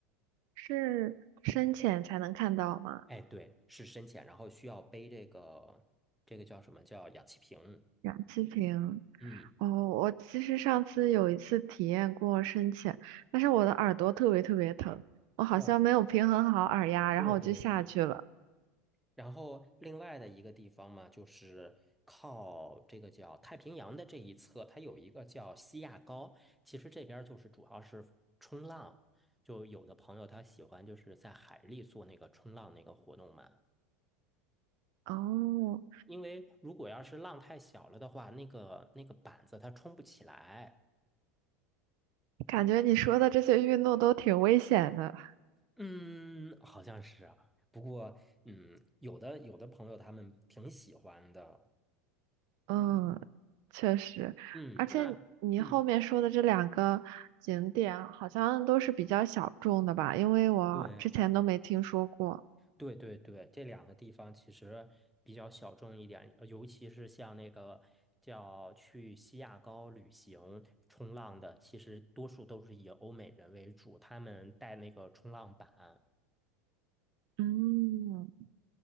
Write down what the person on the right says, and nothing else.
是深潜才能看到吗？
氧气瓶。
哦，我其实上次有一次体验过深潜，但是我的耳朵特别特别疼，我好像没有平衡好耳压，
然后我就下去了。
哦，
感觉你说的这些运动都挺危险的。
嗯，确实，
而且你后面说的这两个景点好像都是比较小众的吧，
因为我之前都没听说过。
嗯，